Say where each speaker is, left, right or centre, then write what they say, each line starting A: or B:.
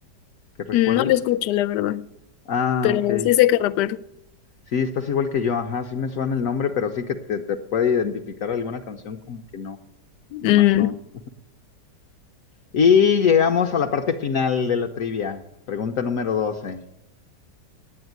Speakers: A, on the left; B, on the left.
A: que recuerdes?
B: Mm, No lo escucho, la verdad,
A: Ah,
B: pero
A: ok.
B: sí sé que rapero.
A: Sí, estás igual que yo, ajá, sí me suena el nombre, pero sí que te, te puede identificar alguna canción como que no,
B: Mm,
A: nomás no. Y llegamos a la parte final de la trivia, pregunta número doce.